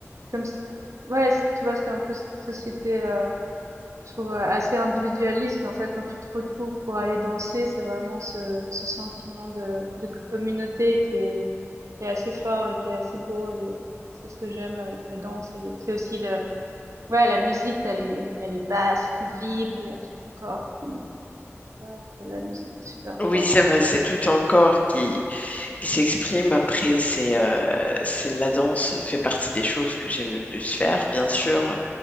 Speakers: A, on the right; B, on the left.
A: comme si- ouais c'est- tu vois c'est un peu cette société euh, je trouve, euh, assez individualiste. Et en fait, quand tu te retrouves pour aller danser, c'est vraiment ce, ce sentiment de, de communauté qui est, qui est assez fort et qui est assez beau. Et c'est ce que j'aime avec la danse. Et c'est aussi le, ouais, la musique, t'as les, il y a les basses qui vibrent, il y a tout ton corps qui, ouais, t'as la musique super
B: Oui,
A: forte,
B: c'est vrai,
A: et tout ça.
B: c'est tout ton corps qui, qui s'exprime. Après, c'est euh, c'est la danse fait partie des choses que j'aime le plus faire. Bien sûr,